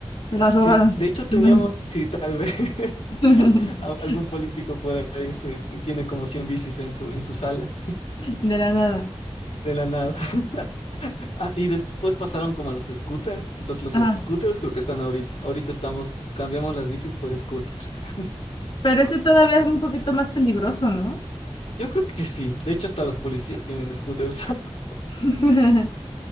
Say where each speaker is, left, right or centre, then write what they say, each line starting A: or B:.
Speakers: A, on the left; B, on the left.
A: se la robaron.
B: Sí, de hecho
A: <laughs>
B: teníamos,
A: No, ya.
B: sí, tal vez
A: <laughs>
B: <laughs> a- algún político por ahí se tiene como 100 bicis en su en su sala,
A: De la nada.
B: de la nada. <laughs> Ah, y después pasaron como a los scooters, entonces los
A: Ajá.
B: scooters creo que están ahorita. Ahorita estamos, cambiamos las bicis por scooters. <laughs>
A: Pero este todavía es un poquito más peligroso, ¿no?
B: Yo creo que sí, de hecho hasta los policías tienen scooters. <laughs>
A: <laughs>